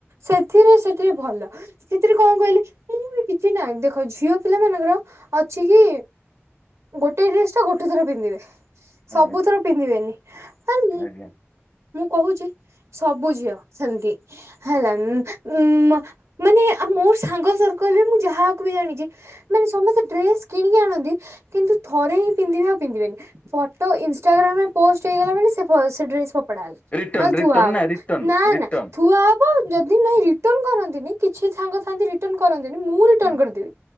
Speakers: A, on the right; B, on the left.
A: ସେଥିରେ ସେଥିରେ ଭଲ। ସେଥିରେ କଁ କଇଲେ ମୁଁ <inaudible> କିଛି ନାଇଁ ଦେଖ ଝିଅ ପିଲା ମାନଙ୍କର ଅଛି କି ଗୋଟେ ଡ୍ରେସ୍ ଟା ଗୋଟେ ଥର ପିନ୍ଧିବେ ସବୁଥର
B: ଆଜ୍ଞା
A: ପିନ୍ଧିବେନି। କାହିଁ
B: ଆଜ୍ଞା।
A: ମୁଁ କହୁଚି ସବୁ ଝିଅ ସେମିତି। ହେଲା ଉଁମ ମାନେ ମୋ ସାଙ୍ଗ ସର୍କଲ ରେ ମୁଁ ଯାହାକୁ ବି ଜାଣିଚି। ମାନେ ସମସ୍ତେ ଡ୍ରେସ୍ କିଣିକି ଆଣନ୍ତି କିନ୍ତୁ ଥରେ ହିଁ ପିନ୍ଧିବେ ଆଉ ପିନ୍ଧିବେନି। ଫଟୋ ଇନ୍ ଷ୍ଟାଗ୍ରାମ୍ ରେ ପୋଷ୍ଟ ହେଇଗଲା ମାନେ ସେ ଫୋ ସେ ଡ୍ରେସ୍ ଫୋପ୍ ଫୋପଡା ହବ
B: ରିଟର୍ଣ
A: ନଲେ ଥୁଆ
B: ରିଟର୍ଣ
A: ହବ
B: ନା ରିଟର୍ଣ
A: ନା
B: ରିଟର୍ଣ
A: ନା ଥୁଆ ହବ୍ ହଁ ଯଦି ନାଇଁ ରିଟନ୍ କରନ୍ତିନି କିଛି ଛାଙ୍ଗ ଥାନ୍ତି ରି ରିଟର୍ଣ୍ଣ କରନ୍ତି ମୁଁ ରିଟନ୍
B: ହୁଁ
A: କରିଦେବି